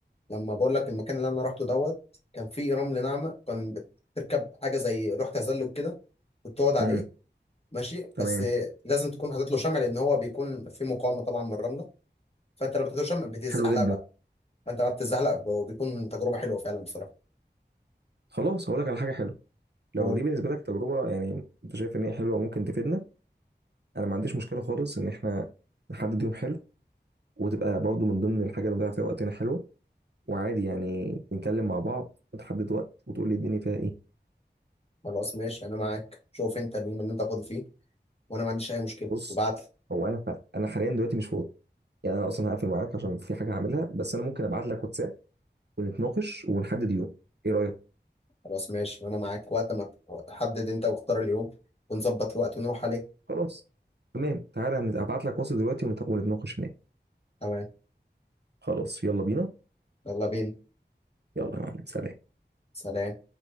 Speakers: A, on the left (about 35°); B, on the right (about 65°).
A: لما بقول لك المكان اللي انا رحته دوت كان فيه رمل ناعمه كان بتركب حاجه زي لوح تزلج كده وتقعد عليه
B: امم
A: ماشي
B: تمام
A: بس لازم تكون حاطط له شمع لان هو بيكون فيه مقاومه طبعا من الرمله فانت لما بتحط له شمع بتزحلق
B: حلو جدا
A: بقى فانت بقى بتزحلق وبيكون تجربه حلوه فعلا بصراحه
B: خلاص هقول لك على حاجه حلوه
A: قول
B: لو دي بالنسبه لك تجربه يعني انت شايف ان هي حلوه وممكن تفيدنا انا ما عنديش مشكله خالص ان احنا نحدد يوم حلو وتبقى برضو من ضمن الحاجه اللي نضيع فيها وقتنا حلوه وعادي يعني نتكلم مع بعض وتحدد وقت وتقول لي الدنيا فيها ايه
A: خلاص ماشي انا معاك شوف انت اليوم اللي انت فاضي فيه وانا ما عنديش اي مشكله
B: بص
A: وابعت لي
B: هو انا فعلا. انا حاليا دلوقتي مش فاضي يعني انا اصلا هقفل معاك عشان في حاجه هعملها بس انا ممكن ابعت لك واتساب ونتناقش ونحدد يوم ايه رايك
A: خلاص ماشي وانا معاك وقت ما تحدد انت واختار اليوم ونظبط الوقت ونروح عليه
B: خلاص تمام تعالى هن- هبعت لك واتس دلوقتي ونت- ونتناقش هناك
A: تمام
B: خلاص يلا بينا
A: يلا بينا
B: يلا يا معلم سلام
A: سلام